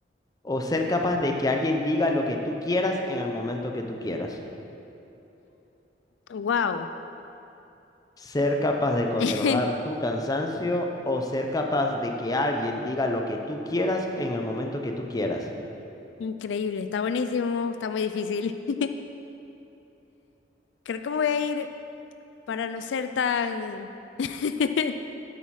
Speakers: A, on the left; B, on the left.
A: o ser capaz de que alguien diga lo que tú quieras en el momento que tú quieras.
B: Wow.
A: Ser capaz de controlar
B: <laughs>
A: tu cansancio o ser capaz de que alguien diga lo que tú quieras en el momento que tú quieras.
B: Increíble. Está buenísimo. Está muy difícil. <laughs> Creo que me voy a ir para no ser tan <laughs>